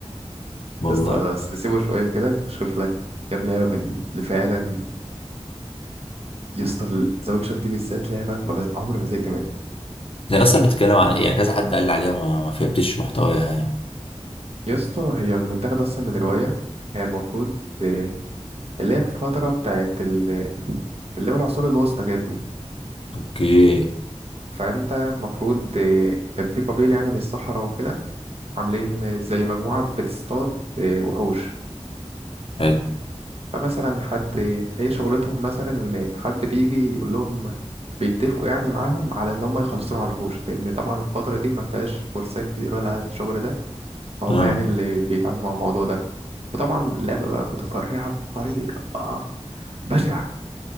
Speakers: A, on the left; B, on the right.
A: والله
B: يا اسطى س- سيبه شويه كده شوف لك كام لعبه من اللي فعلا يا اسطى ذا ويتشر دي بالذات لعبه ما بز... عمري ما زهقت منها
A: هي اصلا بتتكلم عن ايه يعني كذا حد قال لي عليها ما, ما فهمتش محتواها يعني.
B: يا اسطى هي متاخده اصلا من روايه هي المفروض آه، اللي هي في فتره بتاعت ال... اللي هو العصور الوسطى كده
A: اوكي
B: فانت المفروض آه، كان في قبيله يعني من الصحراء وكده عاملين زي مجموعه بتصطاد آه، وحوش
A: حلو
B: فمثلا حد هي شغلتهم مثلا إن حد بيجي يقول لهم بيتفقوا يعني معاهم على ان هم يخلصوا على الوحوش لان طبعا الفتره دي ما فيهاش فرسان كتير ولا الشغل ده فهم
A: اه
B: يعني اللي بيتعاملوا مع الموضوع ده وطبعا اللعبه بقى متفرعه بطريقه بشعه